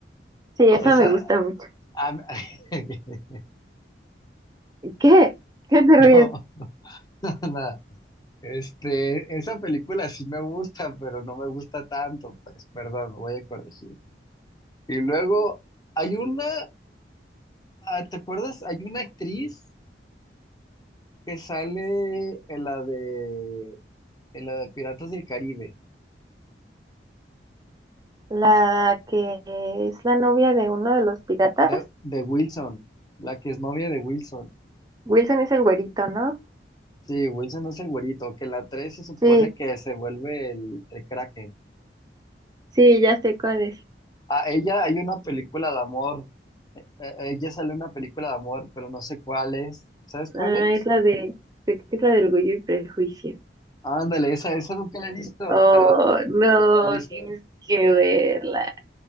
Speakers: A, on the right (about 20°); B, on the left (about 20°).
A: Sí, esa
B: Esa
A: me gusta mucho.
B: a- <laughs>
A: ¿Qué? ¿Qué te ríes?
B: no, <laughs> nada. Este, esa película sí me gusta, pero no me gusta tanto, pues, perdón, voy a corregir. Y luego hay una Ah, ¿te acuerdas? Hay una actriz que sale en la de, en la de Piratas del Caribe,
A: La que es la novia de uno de los piratas.
B: de, de Wilson, la que es novia de Wilson.
A: Wilson es el güerito, ¿no?
B: Sí, Wilson es el güerito, que la 3 se supone
A: Sí,
B: que se vuelve el, el Kraken.
A: sí, ya sé cuál es.
B: A ella hay una película de amor, eh, eh, ella sale en una película de amor, pero no sé cuál es. ¿Sabes cuál
A: Ah,
B: es?
A: es la de, creo que es la del orgullo y prejuicio.
B: Ándale, esa, esa nunca la he visto,
A: Oh,
B: pero,
A: no,
B: pero, dice,
A: tienes que verla.